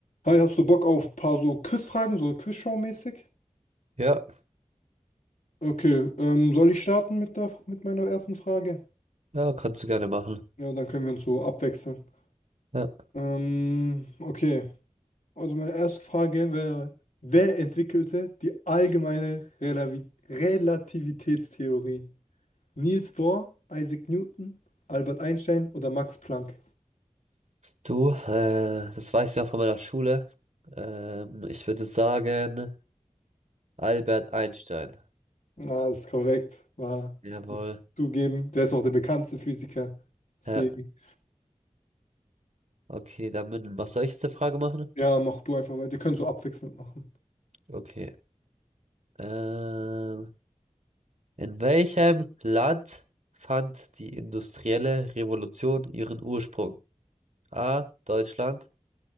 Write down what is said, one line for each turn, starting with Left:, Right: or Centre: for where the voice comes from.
Left: Hi, hast du Bock auf ein paar so Quizfragen, so Quizshow-mäßig?
Right: Ja,
Left: Okay, ähm, soll ich starten mit der, mit meiner ersten Frage?
Right: ja, kannst du gerne machen.
Left: Ja, dann können wir uns so abwechseln.
Right: Ja.
Left: Ähm, okay, also meine erste Frage wäre, wer entwickelte die allgemeine Relavi Relativitätstheorie? Niels Bohr, Isaac Newton, Albert Einstein oder Max Planck?
Right: Du, äh, das weiß ich noch von meiner Schule. Ähm, ich würde sagen, Albert Einstein.
Left: Na, ist korrekt, war,
Right: Jawohl.
Left: muss ich muss zugeben. Der ist auch der bekannteste Physiker. Deswegen,
Right: Ja, okay, dann was soll ich jetzt eine Frage machen?
Left: ja, mach du einfach weiter. Wir können so abwechselnd machen.
Right: Okay. Ähm, in welchem Land fand die industrielle Revolution ihren Ursprung? A. Deutschland,